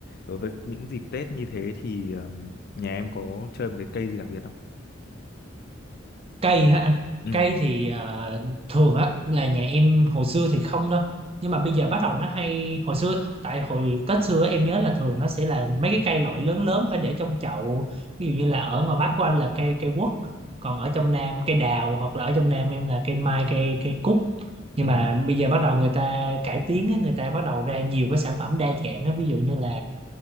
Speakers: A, on the left; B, on the right.
A: đối với những dịp Tết như thế thì ờm, nhà em có chơi một cái cây gì đặc biệt không?
B: cây hả anh
A: Ừ,
B: cây thì ờ, thường á là nhà em hồi xưa thì không đâu nhưng mà bây giờ bắt đầu nó hay hồi xưa tại hồi Tết xưa em nhớ là thường nó sẽ là mấy cái cây loại lớn lớn phải để trong chậu ví dụ như là ở ngoài Bắc của anh là cây cây quất còn ở trong Nam cây đào hoặc là ở trong Nam em là cây mai cây cây cúc nhưng
A: ừ,
B: mà bây giờ bắt đầu người ta cải tiến á, người ta bắt đầu ra nhiều cái sản phẩm đa dạng á ví dụ như là